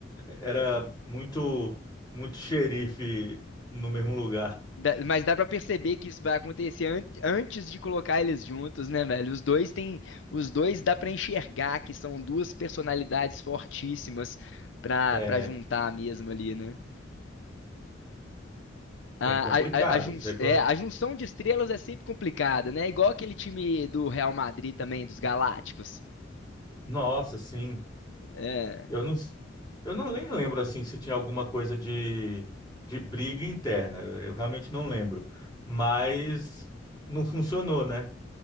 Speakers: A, on the left; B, on the left.
A: era muito muito xerife no mesmo lugar.
B: dá- mas dá pra perceber que isso vai acontecer an- antes de colocar eles juntos, né, velho? Os dois têm, os dois dá pra enxergar que são duas personalidades fortíssimas pra,
A: É,
B: para juntar mesmo ali, né? A,
A: é complicado.
B: a, a, a jun-
A: Você quan-
B: é, a junção de estrelas é sempre complicada, né? Igual aquele time do Real Madrid também, dos Galácticos.
A: Nossa, sim.
B: É,
A: Eu não, eu não nem lembro assim se tinha alguma coisa de, de briga interna. Eu, eu realmente não lembro. Mas não funcionou, né?